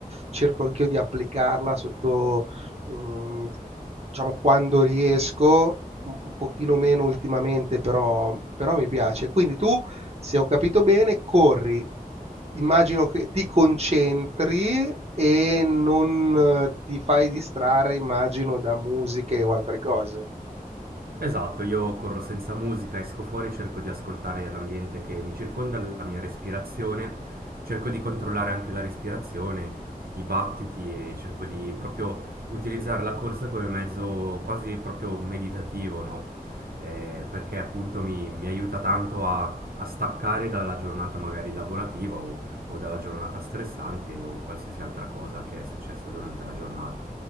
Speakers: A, on the right; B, on the right.
A: cerco anch'io di applicarla sotto, mm, diciamo, quando riesco, un pochino meno ultimamente, però, però mi piace. Quindi tu, se ho capito bene, corri Immagino che ti concentri e non eh, ti fai distrarre, immagino, da musiche o altre cose.
B: Esatto, io corro senza musica, esco fuori, cerco di ascoltare l'ambiente che mi circonda, la mia respirazione, cerco di controllare anche la respirazione, i battiti e cerco di proprio utilizzare la corsa come mezzo quasi proprio meditativo, no? Eh, perché appunto mi, mi aiuta tanto a, a staccare dalla giornata magari lavorativa o, o dalla giornata stressante o qualsiasi altra cosa che è successa durante la giornata.